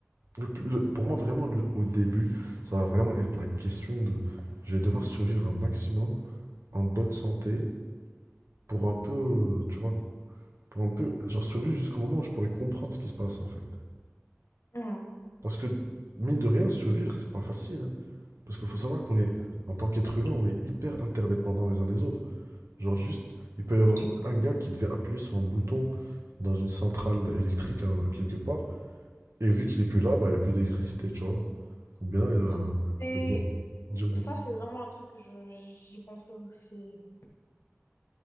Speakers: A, on the right; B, on the left.
A: le plus- le- pour moi, vraiment, le- au début, ça va vraiment être la question de... Je vais devoir survivre un maximum en bonne santé pour un peu, euh, tu vois, pour un peu, genre survivre jusqu'au moment où je pourrais comprendre ce qui se passe, en fait.
B: Mhm.
A: Parce que, mine de rien, survivre, c'est pas facile, hein. Parce qu'il faut savoir qu'on est, en tant qu'être humain, on est hyper interdépendants les uns des autres. Genre juste, il peut y avoir juste un gars qui devait appuyer sur un bouton dans une centrale électrique hein, quelque part, et vu qu'il est plus là, bah, il n'y a plus d'électricité, tu vois. Ou bien il y a
B: Et
A: le... bo- Dis-moi.
B: ça, c'est vraiment un truc que je- j'y pensais aussi, euh,